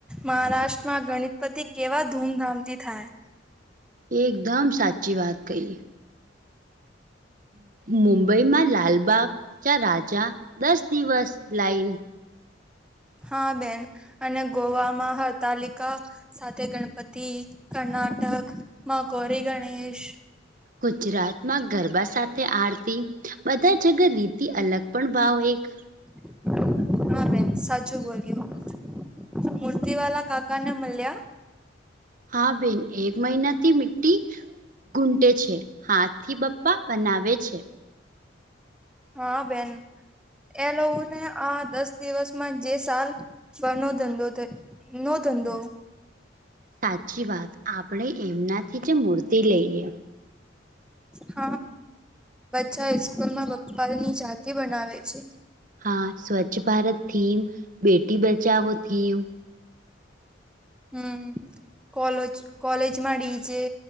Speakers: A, in the centre; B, on the right.
A: મહારાષ્ટ્રમાં ગણપતિ કેવા ધૂમધામથી થાય.
B: એકદમ સાચી વાત કહી. મુંબઈમાં લાલબાગ ચા રાજા દસ દિવસ લાઈન
A: હા બેન અને ગોવામાં હરતાલિકા સાથે ગણપતિ કર્ણાટક માં ગૌરી ગણેશ
B: ગુજરાતમાં ગરબા સાથે આરતી બધા જગ રીતી અલગ પણ ભાવ એક
A: <inaudible> હા બેન સાચું બોલ્યું મૂર્તિ વાલા કાકા ને મળ્યા?
B: હા બેન એક મહિના થી મિટ્ટી ઘૂંટે છે હાથ થી બપ્પા બનાવે છે.
A: હા બેન એ લોકોને આ દસ દિવસમાં જે સાલ ફનો ધંધો ઈનો ધંધો
B: સાચી વાત આપણે એમનાથી જે મૂર્તી લઈએ.
A: હ બચ્ચા સ્કૂલમાં બપ્પા ની ઝાંકી બનાવે છે.
B: હા સ્વચ્છ ભારત થીમ બેટી બચાવો થીમ.
A: હમ કોલેજ કોલેજમાં ડીજે